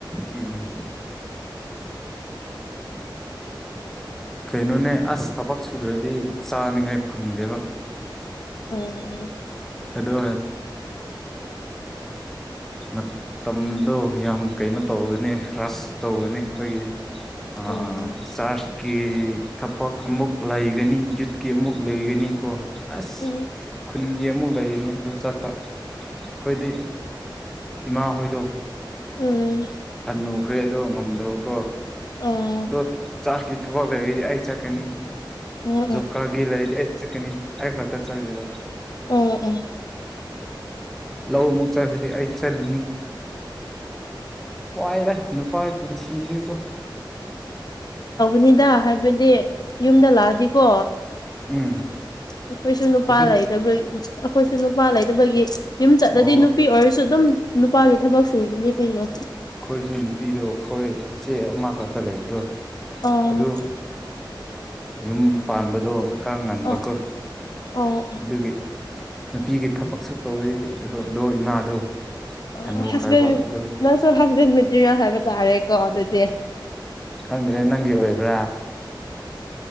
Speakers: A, in the centre; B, on the left (about 55°).
A: ꯎꯝ ꯀꯩꯅꯣꯅꯦ ꯑꯁ ꯊꯕꯛ ꯁꯨꯗ꯭ꯔꯗꯤ ꯆꯥꯅꯤꯡꯉꯥꯏ ꯐꯪꯗꯦꯕ
B: ꯎꯝ
A: ꯑꯗꯨꯗ
B: <inaudible>
A: ꯃꯇꯝꯗꯣ ꯌꯥꯝ ꯀꯩꯅꯣ ꯇꯧꯕꯅꯤ ꯔꯁ ꯇꯧꯕꯅꯤ ꯑꯩꯈꯣꯏꯒꯤꯗꯤ ꯑ
B: ꯎꯝ
A: ꯆ ꯀꯤ ꯊꯕꯛ ꯑꯃꯨꯛ ꯂꯩꯒꯅꯤ ꯌꯨꯠꯀꯤ ꯑꯃꯨꯛ ꯂꯩꯒꯅꯤ ꯀꯣ ꯑꯁ
B: ꯎꯝ
A: ꯈꯨꯟꯒꯤ ꯑꯃꯨꯛ ꯂꯩꯔꯤꯅꯤ ꯑꯗꯨ ꯆꯠꯄ ꯑꯩꯈꯣꯏꯗꯤ ꯏꯃꯥ ꯍꯣꯏꯗꯣ
B: ꯎꯝ
A: ꯍꯅꯨ ꯈ꯭ꯔꯦ ꯑꯗꯣ ꯉꯝꯗꯣꯀꯣ
B: ꯎꯝ
A: ꯑꯗꯣ ꯆꯥꯛꯀꯤ ꯊꯕꯛ ꯂꯩꯔꯗꯤ ꯑꯩ ꯆꯥꯛꯀꯅꯤ
B: ꯎꯝ
A: ꯖꯣꯕ
B: ꯎꯝ
A: ꯀꯥꯔꯒꯤ ꯂꯩꯔꯗꯤ ꯑꯩ ꯁꯤ ꯀꯅꯤ ꯑꯩ ꯈ ꯊꯔ ꯆꯠꯗꯦꯕ
B: ꯎꯝ ꯎꯝ
A: ꯂꯧ ꯑꯃꯨꯛ ꯆꯥꯈꯗꯤ ꯑꯩ ꯆꯠꯂꯨꯅꯤ ꯄꯥꯏꯔ ꯅꯨꯄꯥ ꯄꯨꯟꯁꯤꯁꯤꯀꯣ
B: ꯅꯤꯗ ꯍꯥꯏꯕꯗꯤ ꯌꯨꯝꯗ ꯂꯥꯛꯑꯗꯤꯀꯣ
A: ꯎꯝ
B: ꯑꯩꯈꯣꯏꯁꯨ ꯅꯨꯄꯥ
A: ꯑꯗꯨ
B: ꯂꯩꯕ ꯑꯩꯈꯣꯏꯁꯨ ꯅꯨꯄꯥ ꯂꯩꯇꯕꯒꯤ ꯌꯨꯝ ꯆꯠꯂꯗꯤ
A: ꯑꯣ
B: ꯅꯨꯄꯤ ꯑꯣꯏꯔꯁꯨ ꯑꯗꯨꯝ ꯅꯨꯄꯥꯒꯤ ꯊꯕꯛ ꯁꯨꯒꯤ ꯀꯩꯅꯣ
A: ꯑꯩꯈꯣꯏꯁꯨ ꯅꯨꯄꯤꯗꯣ ꯑꯩꯈꯣꯏ ꯏꯆꯦ ꯑꯃꯈꯛꯇ ꯂꯩꯕꯗꯣ
B: ꯑ
A: ꯑꯗꯨ ꯌꯨꯝ ꯄꯥꯟꯕꯗꯣ ꯈꯔꯥ ꯉꯟꯕꯀꯣ
B: ꯑꯣ ꯑꯣ
A: ꯑꯗꯨꯒꯤ ꯅꯨꯄꯤꯒꯤ ꯊꯕꯛꯁꯨ ꯇꯧꯋꯤꯗꯣ ꯏꯃꯥꯗꯣ
B: ꯑꯣ
A: ꯍꯟꯅꯨꯈ꯭ꯔꯕ
B: ꯍꯥꯁꯕꯥꯟꯗ
A: ꯑꯗꯨ
B: ꯅꯪꯁꯨ ꯍꯥꯁꯕꯦꯟꯗ ꯃꯦꯇ꯭ꯔꯤꯌꯥꯣ ꯍꯥꯏꯕ ꯇꯥꯔꯦꯀꯣ ꯑꯗꯨ <inaudible>
A: ꯈꯪꯗ꯭ꯔꯦ ꯅꯪꯒꯤ ꯑꯣꯏꯕ꯭ꯔꯥ